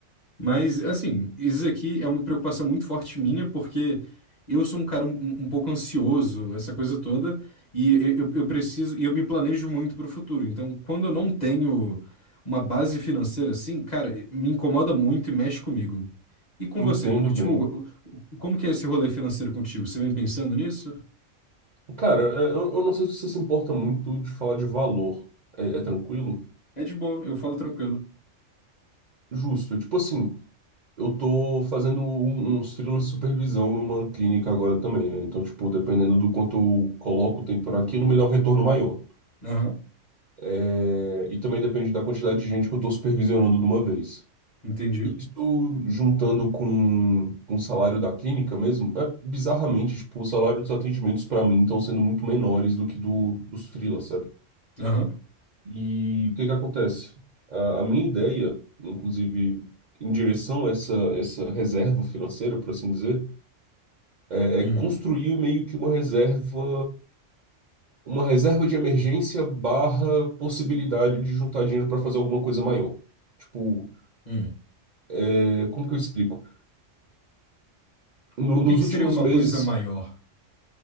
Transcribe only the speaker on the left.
Mas, assim, isso aqui é uma preocupação muito forte minha, porque eu sou um cara um, um- um pouco ansioso, essa coisa toda, e eu, eu eu preciso, e eu me planejo muito para o futuro. Então, quando eu não tenho uma base financeira assim, cara, me incomoda muito e mexe comigo. E com
você? Eu, Tipo,
como que é esse rolê financeiro contigo? Você vem pensando nisso?
É de boa, eu falo tranquilo.
Aham,
entendi.
Aham,
uhum,
uhum.
O,
o que
que
seria uma
coisa maior?